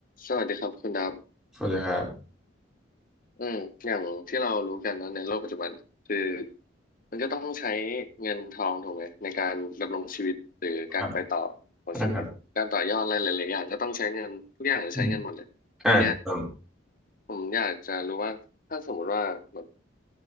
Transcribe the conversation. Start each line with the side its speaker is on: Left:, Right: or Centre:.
Left: สวัสดีครับคุณดับ
Centre: สวัสดีครับ
Left: อืมอย่างที่เรารู้กันนะในโลกปัจจุบันน่ะคือมันก็ต้องใช้เงินทองถูกไหมในการดำรงชีวิตหรือการไปต่อของชีวิตการต่อยอดอะไรหลายๆอย่างก็ต้องใช้เงินทุกอย่างจะใช้เงินหมดเลยทีเนี้ย
Centre: ครับนะครับอืมอ่าครับ
Left: ผมอยากจะรู้ว่าถ้าสมมติว่าแบบ